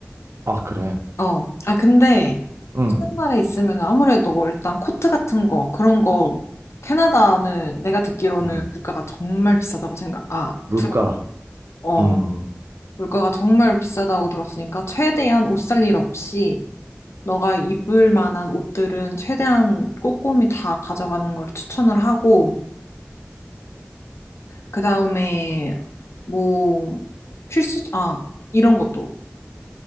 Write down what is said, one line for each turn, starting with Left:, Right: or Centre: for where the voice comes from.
Right: 아, 그래.
Left: 어. 아, 근데
Right: 응.
Left: 추운 나라에 있으면 아무래도 일단 코트 같은 거, 그런 거, 캐나다는 내가 듣기로는
Right: 응.
Left: 물가가 정말 비싸다고 생각, 아,
Right: 물가.
Left: 들었거든. 어.
Right: 음.
Left: 물가가 정말 비싸다고 들었으니까 최대한 옷 살 일 없이 너가 입을 만한 옷들은 최대한 꼼꼼히 다 가져가는 걸 추천을 하고, 그 다음에 뭐 필수, 아, 이런 것도